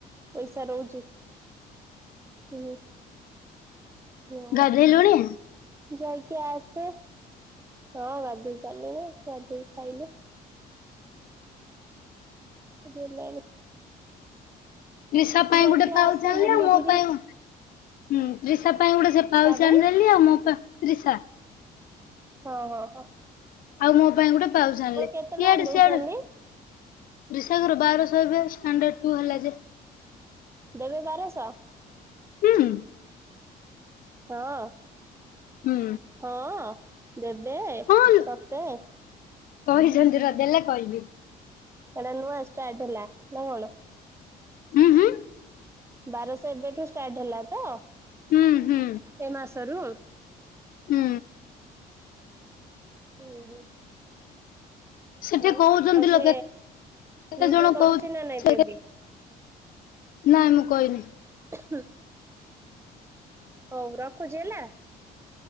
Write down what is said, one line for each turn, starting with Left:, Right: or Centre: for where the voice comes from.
Right: ପଇସା ରହୁଛି ହୁଁ ହୁ।
Left: ଗାଧେଇଲୁଣି
Right: ଯାଇକି ଆସେ ହଁ ଗାଧେଇ ସାରିଲିଣି ଗାଧେଇ ଖାଇଲେ ସରିଗଲାଣି
Left: ରିଶବ୍ ପାଇଁ
Right: ଯାଇକି
Left: ଗୋଟେ ପାଉଜୁ
Right: ଆସେ
Left: ଆଣିଲ
Right: ବୁଲିକିରି
Left: ଆଉ ମୋ ପାଇଁ ହୁଁ ତ୍ରିସା ପାଇଁ ଗୋଟେ ସେ ପାଉଛି
Right: ତା ପାଇଁ
Left: ଆଣିଦେଲି ଆଉ ମୋ ପାଇଁ ତ୍ରିସା
Right: ହଁ ହଁ ହୋ
Left: ଆଉ ମୋ ପାଇଁ ଗୋଟେ ପାଉଜୁ ଆଣିଲି
Right: କେତେ ଟଙ୍କା
Left: ଇଆଡେ
Right: ଦଉଛନ୍ତି
Left: ସିଆଡେ ଦୂସାଗର ବାରଶହ ଏବେ ସ୍ତାଣ୍ଟଡ ଟୁ ହେଲା ଯେ
Right: ଦେବେ ବାରଶହ?
Left: ହୁଁ।
Right: ହଁ।
Left: ହୁଁ।
Right: ହଁ ଦେବେ
Left: ହଁ
Right: ତତେ
Left: କହିଛନ୍ତି ନ ଦେଲେ କହିବି।
Right: ଏଟା ନୂଆ ଷ୍ଟାର୍ଟ ନା କଣ?
Left: ହୁଁ ହୁଁ।
Right: ବାରଶହ ଏବେଠୁ ଷ୍ଟାର୍ଟ ହେଲା ତ?
Left: ହୁଁ ହୁଁ
Right: ଏ ମାସରୁ
Left: ହୁଁ।
Right: ହୁଁ ହୁଁ।
Left: ସେଠି
Right: ହଉ
Left: କହୁଛନ୍ତି
Right: ଆଉ ସେ
Left: ଲୋ କେତେ
Right: ନିଜେ
Left: ଜଣ
Right: କରୁଛି
Left: କହୁ
Right: ନା ନାଇବେ ବି
Left: ନାଇଁ ମୁଁ କହିନି
Right: <inaudible> ହଉ ରଖୁଛି ହେଲା।